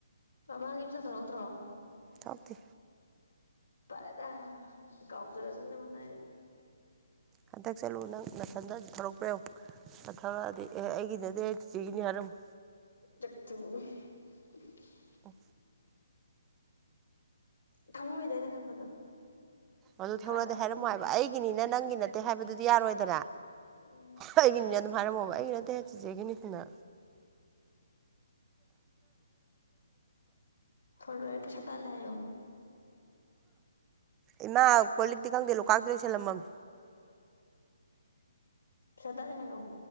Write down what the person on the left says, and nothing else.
ꯃꯃꯥꯡꯒꯤ ꯄꯩꯁꯥ ꯊꯧꯔꯛꯇꯔꯣ
ꯐꯔꯦꯗ ꯀꯥꯎꯖꯔꯖꯥꯅꯤ ꯃꯔꯥꯢꯅꯥ
ꯆꯛꯊꯨ <unintelligible>
ꯊꯧꯔꯛꯑꯣꯢꯗ ꯑꯩꯅ ꯈꯟꯕꯗ
ꯀꯥꯎꯔꯝꯃꯅꯤ
ꯑꯃꯨꯛ
ꯎꯝ
ꯊꯧꯔꯛꯑꯦ ꯄꯩꯁꯥ ꯇꯥꯜꯂꯦ ꯍꯥꯢꯌꯣ
ꯄꯩꯁꯥ ꯇꯥꯜꯂꯦ ꯍꯥꯏꯌꯣ